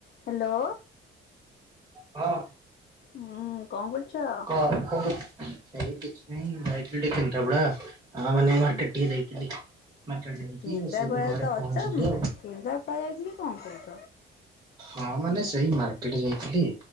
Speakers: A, on the left; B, on the right.
A: Hello.
B: ହଁ।
A: ହୁଁ କଣ କରୁଛ?
B: କ ଏଇ କିଛି ନାହିଁ ମୁଁ ଯାଇଥିଲି ଟିକେ କେନ୍ଦ୍ରାପଡ଼ା। ହଁ ମାନେ
A: ହୁଁ
B: ମାର୍କେଟ ଟିକେ ଯାଇଥିଲି। ମାର୍କେଟ ଜାଇକି
A: କେନ୍ଦ୍ରାପଡ଼ା
B: ଆସି ଏବେ ଘରେ
A: ତ
B: ପହଞ୍ଚିଲି
A: ଅଛ
B: ଆଉ
A: କେନ୍ଦ୍ରାପଡ଼ା ଯାଇଥିଲି କଣ କହୁଛ?
B: ହଁ ମାନେ ସେଇ ମାର୍କେଟ ଯାଇଥିଲି